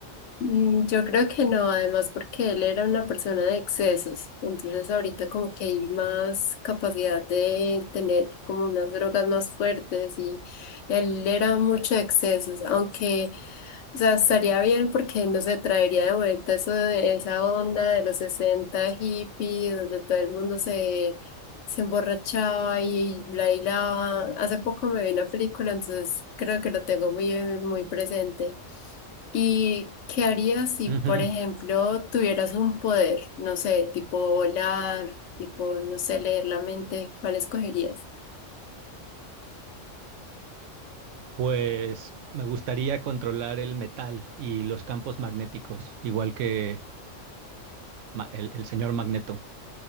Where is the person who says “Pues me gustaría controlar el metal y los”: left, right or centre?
Right